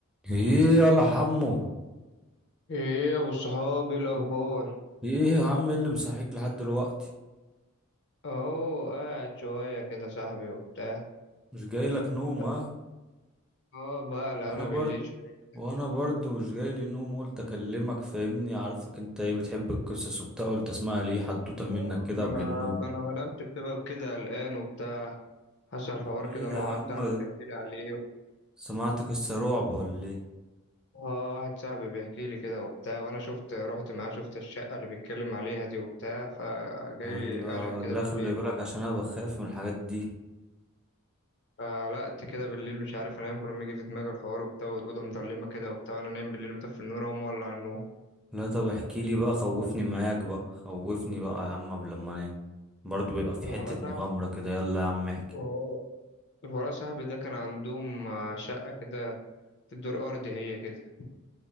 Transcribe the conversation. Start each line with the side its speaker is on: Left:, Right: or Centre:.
Centre: ايه يلا حمو
Left: ايه يا ابو الصحاب ايه الاخبار
Centre: مم. ايه يا عم اللي مصحيك لحد دلوقتي
Left: اهو قاعد شويه كده صاحبي وبتاع
Centre: مش جاي لك نوم
Left: بقى
Centre: ها
Left: اه بقلق
Centre: وانا
Left: انا
Centre: برد
Left: بالليل شويه
Centre: وانا برضو مش جاي لي نوم قلت اكلمك فاهمني عارفك انت ايه بتحب القصص وبتاع قلت اسمع لي إيه حدوته
Left: آه،
Centre: منك كده
Left: ما
Centre: قبل
Left: انا
Centre: النوم
Left: ما انا بنامش بسبب كده قلقان وبتاع حصل حوار
Centre: ايه
Left: كده
Centre: يا
Left: مع
Centre: عم
Left: واحد صاحبي بيحكي لي عليه
Centre: سمعت قصة رعب ولا ايه
Left: اه واحد صاحبي بيحكي لي كده وبتاع وانا شفت رحت معاه شفت الشقه اللي بيتكلم عليها دي وبتاع فجاي
Centre: يلا
Left: لي قلق كده
Centre: لا
Left: بالليل
Centre: خلي بالك عشان انا بخاف من الحاجات دي
Left: قلقت كده بالليل مش عارف انام كل ما يجي في دماغي الحوار وبتاع والاوضه مضلمه كده وبتاع انا نايم بالليل مطفي النور اقوم مولع النور
Centre: لا طب احكي لي بقى خوفني معاك بقى خوفني بقى يا عم قبل ما انام برضو بيبقى في
Left: الولد
Centre: حتة مغامرة كده يلا يا عم احكي
Left: قعد الورا صاحبي ده كان عندهم آه، شقة كده في الدور أرضي هي كده